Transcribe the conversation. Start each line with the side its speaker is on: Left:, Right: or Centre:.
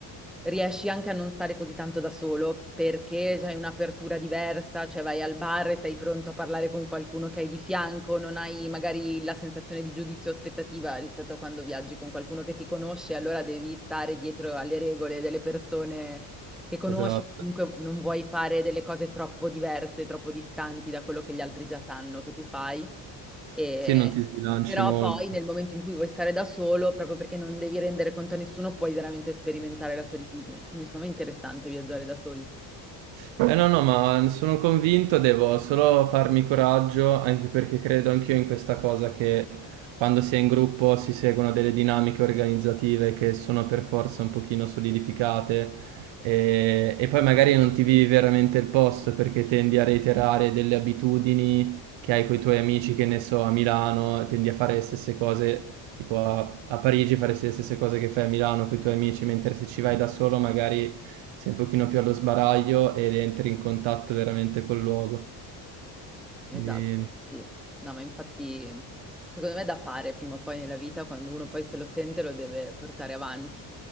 Centre: riesci anche a non stare così tanto da solo perché hai un'apertura diversa, cioè vai al bar e sei pronto a parlare con qualcuno che hai di fianco, non hai magari la sensazione di giudizio o aspettativa rispetto a quando viaggi con qualcuno che ti conosce, allora devi stare dietro alle regole delle persone che conosci,
Right: Esatto.
Centre: o comunque non vuoi fare delle cose troppo diverse, troppo distanti da quello che gli altri già sanno che tu fai. E...
Right: Sì, non ti sbilanci
Centre: Però
Right: molto.
Centre: poi nel momento in cui vuoi stare da solo, proprio perché non devi rendere conto a nessuno, puoi veramente sperimentare la solitudine. Quindi secondo me è interessante viaggiare da soli.
Right: Eh no, no, ma sono convinto, devo solo farmi coraggio, anche perché credo anch'io in questa cosa che quando si è in gruppo si seguono delle dinamiche organizzative che sono per forza un pochino solidificate e, e poi magari non ti vivi veramente il posto perché tendi a reiterare delle abitudini che hai con i tuoi amici, che ne so, a Milano, tendi a fare le stesse cose tipo a, a Parigi faresti le stesse cose che fai a Milano con i tuoi amici, mentre se ci vai da solo magari sei un pochino più allo sbaraglio ed entri in contatto veramente col luogo.
Centre: Esatto,
Right: Quindi
Centre: sì. No, ma infatti secondo me è da fare prima o poi nella vita, quando uno poi se lo sente lo deve portare avanti.